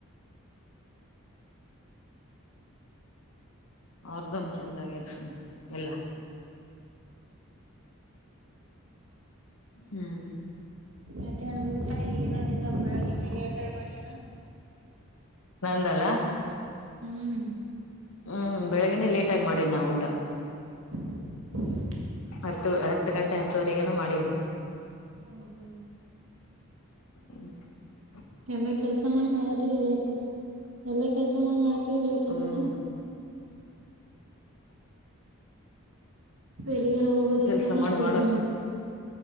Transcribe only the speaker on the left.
ಅವ್ರದೊಂದು ಚೆಂದ ಸುಮ ಎಲ್ಲಾ. ಹ್ಮ್.
ನಂದಲ್ಲ.
ಹ್ಮ್ ಬೆಳಗ್ನೆೇ ಲೇಟಗಿ ಮಾಡೇ ನಾ ಊಟ.
ಹತ್ತು ಹತ್ತು ಗಂಟೆ ಹತ್ತುವರೆಗನು ಮಾಡಿನಿ.
ಹ್ಮ.
ಹ್ಮ್
ಕೆಲ್ಸ
ಮಾಡಿ
ಮಾಡಕ್